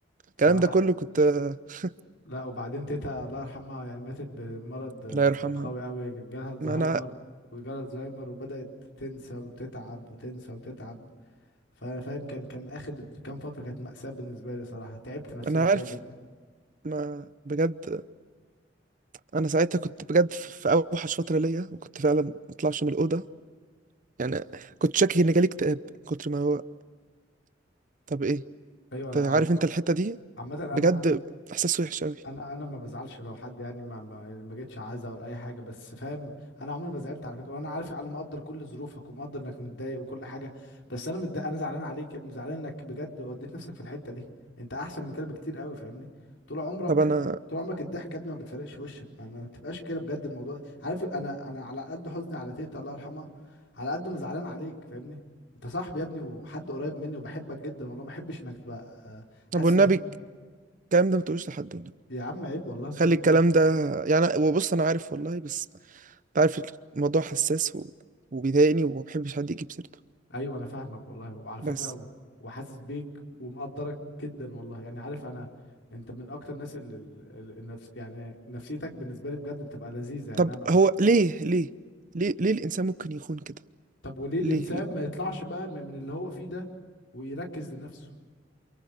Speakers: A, on the right (about 45°); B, on the left (about 75°).
A: الكلام
B: صراحه
A: ده كله كنت <laughs>
B: لا وبعدين تيتا الله يرحمها يعني ماتت بمرض آه،
A: الله يرحمها
B: قوي قوي جالها الزهايمر
A: ما انا ع-
B: وجالها الزهايمر وبدأت تنسى وتتعب وتنسى وتتعب فا- فاهم كان كان آخر كام فترة كانت مأساة بالنسبة لي صراحة تعبت نفسيا
A: انا
B: فيها
A: عارف
B: جدا
A: ما بجد انا ساعتها كنت بجد في في اوحش فترة ليا وكنت فعلا ما اطلعش من الأوضة يعني كنت شاكك ان جالي اكتئاب من كتر ما هو طب ايه
B: أيوة
A: انت عارف
B: ع-
A: انت الحتة دي
B: عامة
A: بجد
B: أنا
A: احساس وحش قوي
B: انا انا ما بزعلش لو حد يعني ما ما, يعني ما جتش عزا ولا اي حاجه بس فاهم انا عمري ما زعلت على فكره وانا عارف انا مقدر كل ظروفك ومقدر انك متضايق وكل حاجه بس انا متضايق انا زعلان عليك يا ابني زعلان انك بجد وديت نفسك في الحته دي انت احسن من كده بكتير قوي فاهمني طول عمرك
A: طب انا
B: آه، طول عمرك الضحك يا ابني ما بتفرقش وشك ما, ما بتبقاش كده بجد الموضوع عارف انا انا على قد حزني على تيتا الله يرحمها على قد ما زعلان عليك فاهمني انت صاحبي يا ابني وحد قريب مني وبحبك جدا والله ما احبش انك تبقى آه،
A: <laughs>
B: حاسس
A: طب والنبي
B: انك
A: الكلام ده ما تقولوش لحد والله
B: يا عم عيب والله مش
A: خلي
B: هقول
A: الكلام
B: لحد
A: ده يعني وبص انا عارف والله بس انت عارف الموضوع حساس و... وبيضايقني وما بحبش حد يجيب سيرته
B: ايوه انا فاهمك والله وعلى فكره
A: بس
B: و- وحاسس بيك ومقدرك جدا والله يعني عارف انا انت من اكتر الناس اللي اللي- النفس يعني نفسيتك بالنسبه لي بجد بتبقى لذيذه يعني
A: طب
B: انا بقى
A: هو ليه ليه ليه ليه الانسان ممكن يخون كده
B: طب وليه الانسان
A: ليه ليه
B: ما يطلعش بقى من من اللي هو فيه ده ويركز لنفسه